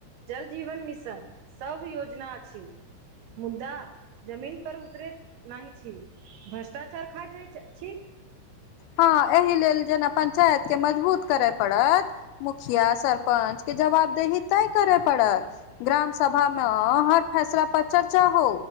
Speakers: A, on the right (about 75°); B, on the left (about 85°).
A: जल जीवन मिशन सब योजना अछि मुद्दा जमीन पर उतरैत नाहि छी, भ्रष्टाचार खा जाय छी।
B: हां एहि लेल जेना पंचायत के मजबूत करय पड़त। मुखिया, सरपंच के जवाबदेही तय करै पड़त ग्राम सभा मे ना हर फैसला पर चर्चा हो